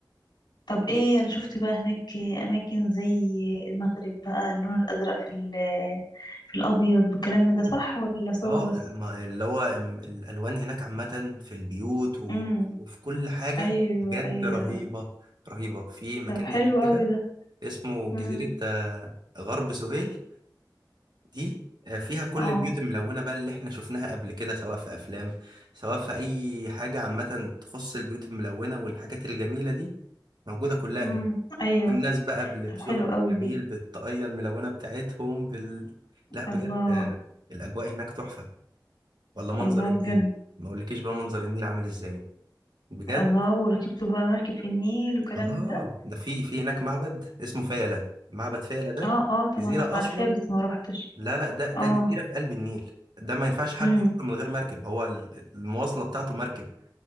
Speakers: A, on the left; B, on the right.
A: طب ايه انا شفت بقى هناك اماكن زي المغرب بقى اللون الازرق في ال- في الابيض وكلام من ده صح ولا صور
B: اه
A: بس
B: ما- اللي هو ال- الالوان هناك عامه في البيوت و-
A: امم
B: وفي كل حاجه
A: ايوه
B: بجد
A: ايوه
B: رهيبه رهيبه في مكان
A: طب حلو
B: هناك
A: قوي
B: كده
A: ده
B: اسمه
A: امم
B: جزيره آه، غرب سهيل دي آه، فيها كل
A: اه
B: البيوت الملونة بقى اللي احنا شفناها قبل كده سواء في أفلام سواء في أي حاجة عامة تخص البيوت الملونة والحاجات الجميلة دي موجودة كلها
A: امم
B: هناك
A: ايوه
B: والناس بقى بلبسهم
A: طب حلو قوي
B: الجميل
A: دي
B: بالطاقية الملونة بتاعتهم بال... لا بجد
A: الله
B: آه، الأجواء هناك تحفة ولا منظر
A: الله
B: النيل
A: بجد
B: ما أقولكيش بقى منظر النيل عامل إزاي بجد
A: الله وركبتوا بقى مركب في النيل وكلام
B: آه
A: من ده
B: ده في في هناك معبد اسمه فيلة معبد فيلة ده
A: اه اه طبعا
B: جزيرة
A: عارفاه
B: أصلا
A: بس ما روحتش
B: لا لا ده ده
A: اه
B: جزيرة في قلب النيل ده ما ينفعش حد
A: امم
B: يروح من غير مركب هو ال- المواصلة بتاعته مركب